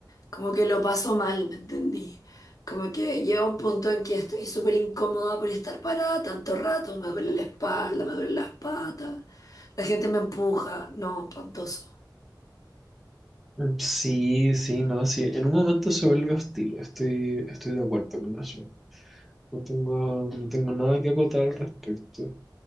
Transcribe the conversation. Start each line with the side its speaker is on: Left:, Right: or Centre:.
Left: Como que lo paso mal, ¿me entendí? Como que llega un punto en que estoy súper incómoda por estar parada tanto rato. Me duele la espalda, me duelen las patas. La gente me empuja. No, espantoso.
Centre: Sí, sí, no, sí. En un momento se vuelve hostil, estoy, estoy de acuerdo con eso. No tengo, no tengo nada que acotar al respecto.